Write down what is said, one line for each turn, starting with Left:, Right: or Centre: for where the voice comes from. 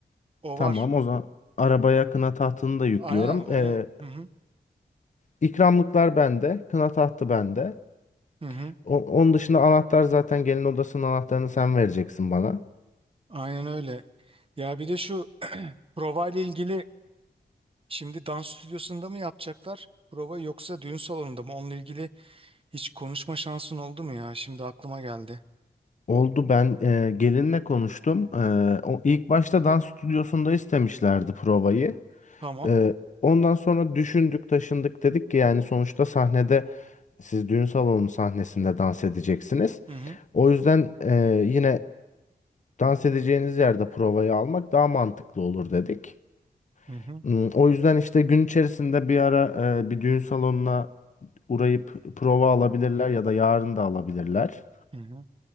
Right: O
Left: Tamam
Right: var.
Left: o zaman arabaya kına tahtını da yüklüyorum.
Right: Aynen onu.
Left: Ee,
Right: Hı hı
Left: ikramlıklar bende. Kına tahtı bende.
Right: hı hı.
Left: O- onun dışında anahtar zaten gelin odasının anahtarını sen vereceksin bana.
Right: Aynen öyle. Ya bir de şu <clears throat> prova ile ilgili şimdi dans stüdyosunda mı yapacaklar prova yoksa düğün salonunda mı? Onunla ilgili hiç konuşma şansın oldu mu ya? Şimdi aklıma geldi.
Left: Oldu ben e, gelinle konuştum. E, o ilk başta dans stüdyosunda istemişlerdi provayı.
Right: Tamam.
Left: E, ondan sonra düşündük, taşındık dedik ki yani sonuçta sahnede siz düğün salonu sahnesinde dans edeceksiniz.
Right: Hı hı
Left: O yüzden e, yine dans edeceğiniz yerde provayı almak daha mantıklı olur dedik.
Right: hı hı.
Left: Hmm, O yüzden işte gün içerisinde bir ara e, bir düğün salonuna uğrayıp prova alabilirler ya da yarın da alabilirler.
Right: hı hı.